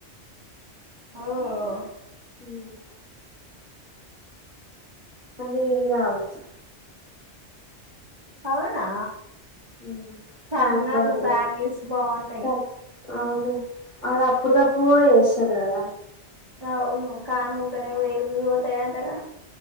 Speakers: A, on the right (about 25°); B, on the left (about 30°).
A: ఓ ఓ
B: హ్మ్ అన్నీ రావచ్చు
A: అవునా
B: హ్మ్
A: చార్మినార్
B: ట్యాంక్ బండ్
A: లో బ్యాంగిల్స్ బాగుంటాయి
B: ట అవును ఆడ అప్పుడు గప్పుడు కూడా చేస్తారు కదా
A: అవును కాను ఉకనే ఇరిగి పోతయ టగా